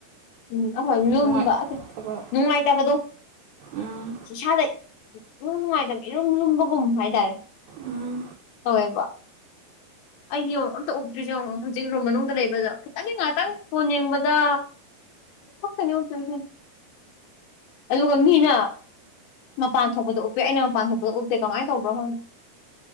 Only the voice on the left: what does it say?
ꯎꯝ ꯑꯍꯣꯏ ꯂꯨꯝꯕ
ꯑꯇꯦ ꯅꯨꯡꯉꯥꯏꯇꯕꯗꯣ꯫
ꯏꯁꯥꯗ ꯏꯅꯨꯡ ꯅꯨꯡꯉꯥꯏꯇꯕ ꯏꯔꯨꯝ ꯂꯨꯝꯕꯒꯨꯝ ꯍꯥꯏꯇꯥꯔꯦ
ꯇꯧꯋꯦꯕ꯫ ꯑꯩꯗꯤ ꯌꯦꯡꯉꯣ ꯑꯝꯇ ꯎꯞꯇ꯭ꯔꯤꯁꯦ ꯌꯦꯡꯉꯣ ꯍꯧꯖꯤꯛ ꯔꯨꯝ ꯃꯅꯨꯡꯗ ꯂꯩꯕꯗꯣ ꯈꯤꯇꯪꯅꯦ ꯉꯥꯏꯍꯥꯛꯇꯪ ꯐꯣꯟ ꯌꯦꯡꯕꯗ ꯈꯛꯇꯅꯦ ꯎꯞꯇꯣꯢꯁꯦ ꯑꯗꯨꯒ ꯃꯤꯅ ꯃꯄꯥꯟ ꯊꯣꯛꯄꯗ ꯎꯞꯄꯦ ꯑꯩꯅ ꯃꯥꯄꯥꯟ ꯊꯣꯛꯄꯗ ꯎꯞꯇꯦ ꯀꯃꯥꯏꯅ ꯇꯧꯕ꯭ꯔꯣ ꯈꯪꯗꯦ꯫